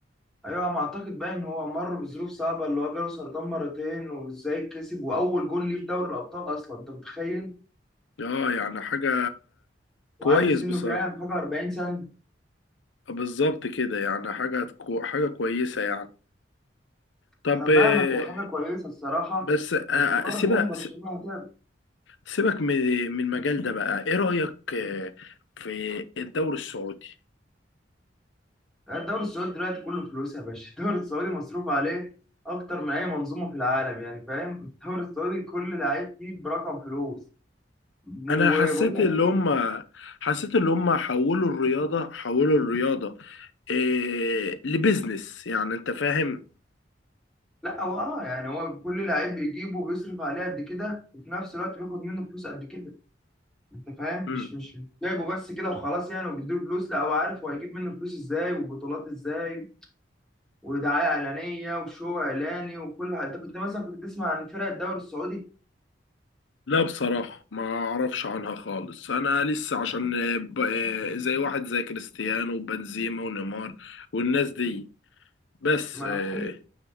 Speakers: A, in the centre; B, on the left (about 80°).
A: ايوه انا اعتقد بقى ان هو مر بظروف صعبه اللي هو جاله سرطان مرتين وازاي كسب واول جون ليه في دوري الابطال اصلا انت متخيل
B: اه يعني حاجة
A: وعنده
B: كويس
A: سنه
B: بصراحة
A: كام حاجه 40 سنه
B: بالظبط كده يعني حاجة كو- حاجة كويسة يعني طب
A: ما انا
B: آه،
A: فاهمك هي حاجه كويسه الصراحه
B: بس آه،
A: بس برضه
B: سيبك
A: يعني برشلونه هتعب
B: سيبك من من المجال ده بقى ايه رأيك آه، في الدوري السعودي
A: الدوري السعودي دلوقتي كله فلوس يا باشا <laughs> الدوري السعودي مصروف عليه اكتر من اي منظومه في العالم يعني فاهم <laughs> الدوري السعودي كل لعيب فيه برقم فلوس وبقول
B: انا حسيت
A: لك
B: اللي هم
A: ايه
B: حسيت اللي هم حولوا الرياضة حولوا الرياضة إيه لبزنس يعني انت فاهم
A: لا هو اه يعني هو كل لعيب بيجيبه بيصرف عليه قد كده وفي نفس الوقت بياخد منه فلوس قد كده انت فاهم
B: مم.
A: مش مش مش جايبه بس كده وخلاص يعني وبيديله فلوس لا هو عارف هو هيجيب منه فلوس ازاي وبطولات ازاي ودعايه اعلانيه وشو اعلاني وكل حاجه انت كنت مثلا كنت تسمع عن فرق الدوري السعودي
B: لا بصراحة ما اعرفش عنها خالص انا لسه عشان آه، ب... آه، زي واحد زي كريستيانو وبنزيما ونيمار والناس دي بس
A: ما انا
B: آه،
A: بقول لك،